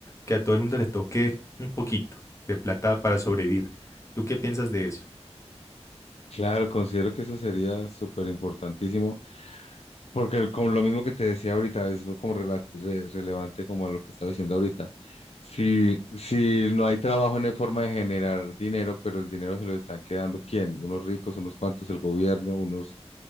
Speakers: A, on the left; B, on the left.
A: que a todo el mundo le toque un poquito de plata para sobrevivir. ¿Tú qué piensas de eso?
B: Claro, considero que eso sería súper importantísimo Porque el- con lo mismo que te decía ahorita, es como rela- re- relevante como a lo que estaba diciendo ahorita. Si, si no hay trabajo, no hay forma de generar dinero, pero el dinero se lo están quedando ¿quién? Unos ricos, unos cuantos, el gobierno, unos...